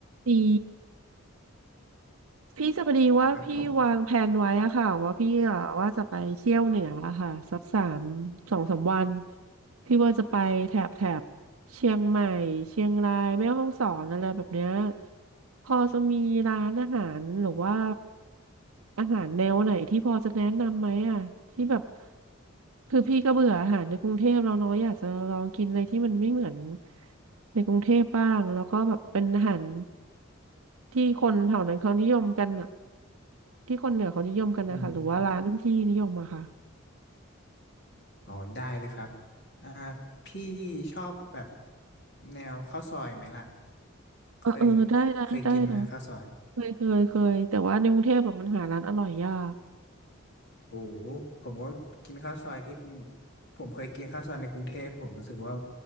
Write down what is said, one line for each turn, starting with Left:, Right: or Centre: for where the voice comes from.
Right: สีพี่จะพอดีว่าพี่วางแผนไว้อะค่ะว่าพี่อะว่าจะไปเที่ยวเหนืออะค่ะสักสามสองสามวัน
Left: ครับผม
Right: พี่ว่าจะไปแถบแถบ เชียงใหม่เชียงรายแม่ฮ่องสอนอะไรแบบเนี้ยพอจะมีร้านอาหารหรือว่าอาหารแนวไหนที่พอจะแนะนำไหมอ่ะที่แบบคือพี่ก็เบื่ออาหารในกรุงเทพแล้วเนาะอยากจะลองกินอะไรที่มันไม่เหมือนในกรุงเทพบ้างแล้วก็แบบเป็นอาหารที่คนแถวนั้นเขานิยมกันอ่ะที่คนเหนือเขานิยมกันนะคะหรือว่าร้านที่นิยมอะค่ะ
Left: อืมอ๋อได้เลยครับอ่าพี่ชอบแบบแนวข้าวซอยไหมล่ะ
Right: เออเออได้นะได้นะ
Left: เคยเคยกินไหมฮะข้าวซอย
Right: เคยเคยเคยแต่ว่าในกรุงเทพแบบมันหาร้านอร่อยยาก
Left: โอ้โหผมก็กินข้าวซอยที่กรุงผมเคยกินข้าวซอยในกรุงเทพผมรู้สึกว่า